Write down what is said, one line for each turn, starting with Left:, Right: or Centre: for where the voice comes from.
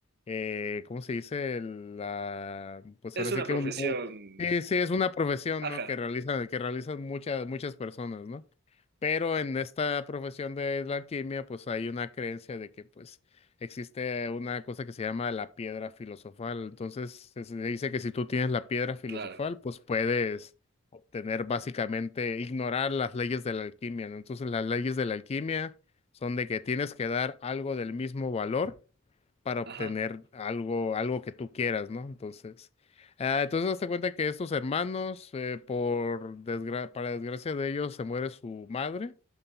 Left: eh, ¿cómo se dice? La, pues
Right: Es
Left: ahora
Right: una
Left: sí que
Right: profesión.
Left: un, sí, sí, es una profesión,
Right: Ajá,
Left: ¿no? Que realizan, que realizan muchas, muchas personas, ¿no? Pero en esta profesión de la alquimia, pues hay una creencia de que, pues, existe una cosa que se llama la piedra filosofal. Entonces, se, se dice que si tú tienes la piedra filosofal,
Right: claro.
Left: pues puedes obtener básicamente, ignorar las leyes de la alquimia, ¿no? Entonces, las leyes de la alquimia son de que tienes que dar algo del mismo valor para obtener
Right: Ajá.
Left: algo, algo que tú quieras, ¿no? Entonces, ah, entonces hazte cuenta que estos hermanos, eh, por desgra- para desgracia de ellos, se muere su madre.